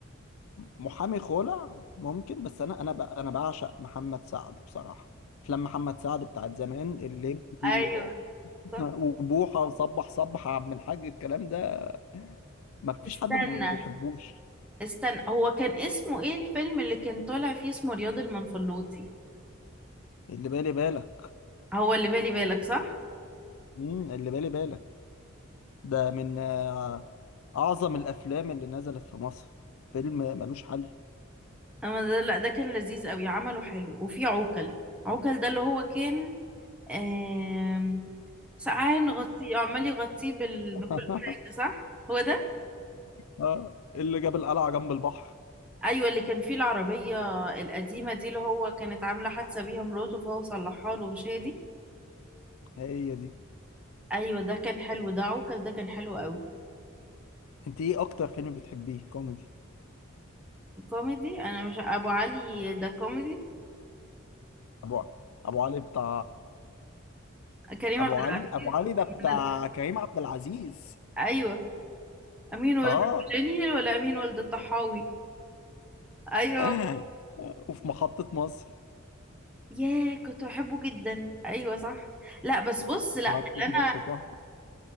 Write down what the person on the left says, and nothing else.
محامي خلع ممكن بس انا انا ب- انا بعشق محمد سعد بصراحه افلام محمد سعد بتاعت زمان الليمبي
وبوحة وصبح صبح يا عم الحاج الكلام ده ما فيش
حد ما بيحبوش
اللي بالي بالك
امم اللي بالي بالك ده من آه، أعظم الأفلام اللي نزلت في مصر فيلم ملوش حل
<laughs>
آه، اللي جاب القلعة جنب البحر
هي دي
انت ايه أكتر فيلم بتحبيه كوميدي
أبو أبو علي بتاع
أبو
علي أبو علي
ده بتاع
كريم عبد العزيز
اه
<laughs> وفي محطة مصر
محطة
مصر تحفة